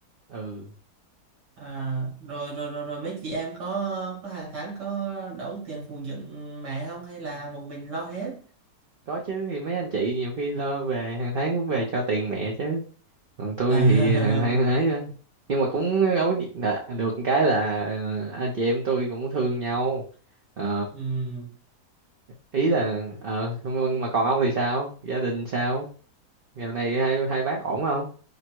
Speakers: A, on the right; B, on the right.
A: ừ
B: À, rồi rồi rồi rồi mấy chị em có có hàng tháng có đóng tiền phụng dưỡng mẹ không hay là một mình lo hết?
A: có chứ thì mấy anh chị nhiều khi lo về hàng tháng cũng về cho tiền mẹ chứ còn tôi
B: À,
A: thì hàng tháng ấy á. nhưng mà cũng đâu có gì- là- được cái là anh chị em tôi cũng thương nhau Ờ,
B: <laughs> ừm,
A: ý là ờ không- mà còn ông thì sao gia đình sao dạo này hai hai bác ổn không